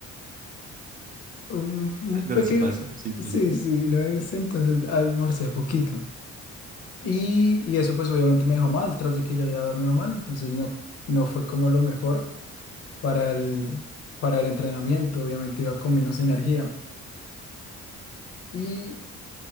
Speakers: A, on the left; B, on the right.
A: Un, un
B: No,
A: pequeño,
B: sí pasa, sí pasa.
A: sí, sí, no me gusta, entonces almorcé poquito. Y, y eso pues obviamente me dejó mal, tras de que ya había dormido mal, entonces no, no fue como lo mejor para el, para el entrenamiento, obviamente iba con menos energía. Y,